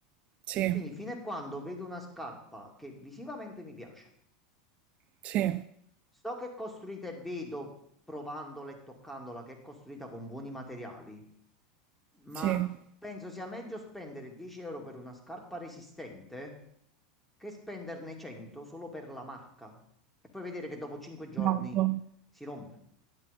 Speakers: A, on the right; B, in the centre.
A: sì,
B: Quindi fino a quando vedo una scarpa che visivamente mi piace,
A: sì,
B: So che è costruita e vedo, provandola e toccandola, che è costruita con buoni materiali, ma
A: sì.
B: penso sia meglio spendere 10 euro per una scarpa resistente che spenderne 100 solo per la marca e poi vedere che dopo 5 giorni
A: Esatto.
B: si rompe.